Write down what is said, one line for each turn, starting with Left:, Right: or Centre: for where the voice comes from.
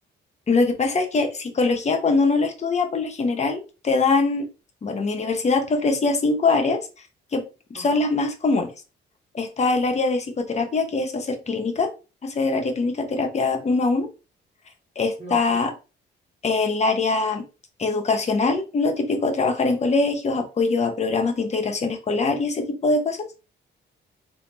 Left: Lo que pasa es que psicología, cuando uno lo estudia, por lo general te dan, bueno, mi universidad te ofrecía cinco áreas que
Right: Ajá.
Left: son las más comunes. Está el área de psicoterapia, que es hacer clínica, hacer área clínica, terapia uno a uno. Está
Right: No, ok.
Left: el área educacional, lo típico, trabajar en colegios, apoyo a programas de integración escolar y ese tipo de cosas.